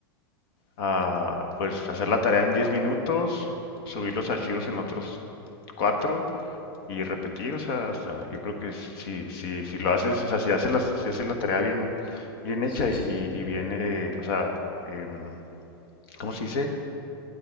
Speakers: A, on the left; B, on the left.
A: ah, pues hacer la tarea en 10 minutos, subir
B: Ujú.
A: los archivos en otros 4 y repetir, o sea, hasta yo creo que si, si, si lo haces, o sea, si haces la, si haces la tarea bien, bien hecha
B: Sí,
A: y,
B: sí,
A: y, y bien, eh, o sea, em, ¿cómo se dice?